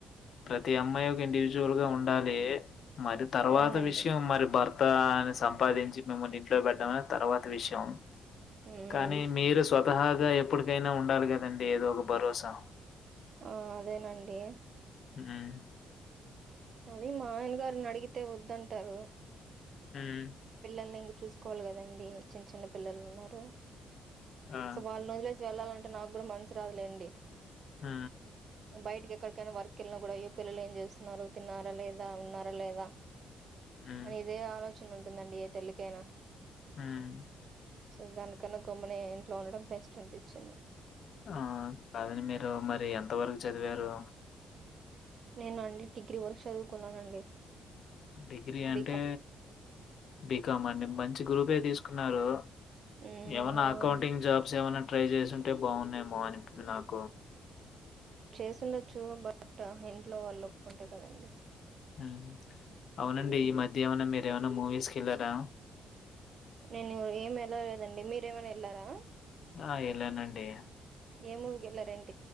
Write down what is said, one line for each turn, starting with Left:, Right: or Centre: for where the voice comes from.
Left: ప్రతి అమ్మాయి ఒక ఇండివిజువల్ గా ఉండాలి మరి తర్వాత
Right: అవునండి
Left: విషయం మరి భర్త మొత్తాన్ని సంపాదించి మిమ్మల్ని ఇంట్లో పెడ్డామని తర్వాత విషయం
Right: మ్మ్
Left: కానీ మీరు స్వతహా ఎప్పటికైనా ఉండాలి కదండి ఏదో ఒక భరోసా
Right: ఆ అదేనండి
Left: ఉమ్
Right: అది మా ఆయన గారుని అడిగితే వద్దంటారు
Left: ఉమ్
Right: పిల్లల్ని ఇంక చూసుకోవాలి కదండి చిన్న చిన్న పిల్లలు ఉన్నారు
Left: ఆ!
Right: సో వాళ్ళ రోజలేసి వెళ్ళాల నాకు కూడా మనషరాజులేండి
Left: హ
Right: బయటికి ఎక్కడికైనా వర్క్ కెళ్ళిన కూడా అయ్యో పిల్లలు ఏం చేస్తున్నారు తిన్నారా లేదా ఉన్నారా లేదా
Left: హ్మ్.
Right: అని ఇదే ఆలోచ్ టుందండి ఏ తల్లికైనా.
Left: హ్మ్.
Right: సో దానికన్నా గమ్మునే ఇంట్లో ఉండడం బెస్ట్ అన్పించ్చింది.
Left: ఆ కాదని మీరు మరి ఎంత వరకు చదివారు
Right: నేను అండి డిగ్రీ వర్క్ చదువుకున్నానండి
Left: డిగ్రీ అంటే
Right: బీకాం
Left: బీకం అండి మంచి గ్రూపే తీసుకున్నారు
Right: ఉమ్
Left: ఏమనా
Right: అవునండి
Left: అకౌంటింగ్ జాబ్స్ ఏమన్నా ట్రై చేసింటే బాగున్నాయేమో అనిపి నాకు
Right: చేసిండచ్చ చు బట్ ఇంట్లో వాళ్ళు ఒప్పుకుంటాయి కదండి
Left: ఉ అవునండి
Right: ఉమ్,
Left: ఈ మధ్యమనం మీరు ను మూవీస్ కల్లాార
Right: నేనురు ఏం వెళ్ళలేదండి మీరు ప్రేమన్ వేలారా
Left: ఆ ఇలానండి
Right: ఎమ్ మూవీ కి వెలరాండి